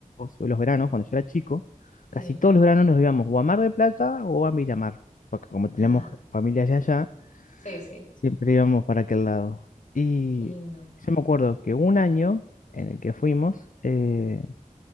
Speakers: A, on the left; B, on the left.
A: los veranos, cuando yo era chico, casi
B: Sí.
A: todos los veranos nos íbamos o a Mar del Plata o a Miramar, porque como teníamos
B: Ah,
A: familias de allá,
B: sí, sí.
A: siempre íbamos para aquel lado. Y
B: Qué lindo.
A: yo me acuerdo que un año en el que fuimos, eh,